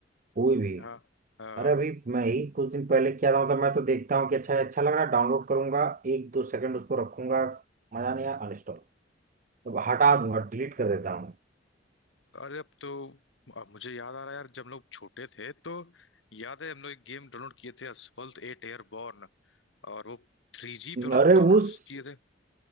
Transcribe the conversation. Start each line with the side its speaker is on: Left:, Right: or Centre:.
Right: कोई भी
Left: हाँ हाँ
Right: अरे अभी मैं ही कुछ दिन पहले किया था मतलब मैं तो देखता हूँ कि अच्छा अच्छा लग रहा है डाउनलोड करूंगा एक दो सेकंड उसको रखूंगा मजा नहीं आया अनइंस्टॉल मतलब हटा दूंगा डिलीट कर देता हूँ
Left: अरे अब तो अब मुझे याद आ रहा है यार जब हम लोग छोटे थे तो याद है हम लोग एक गेम डाउनलोड किए थे असफल्ट एट एयरबॉर्न और वो थ्री जी पे उन्होंने
Right: अरे
Left: डाउनलोड
Right: उस
Left: किए थे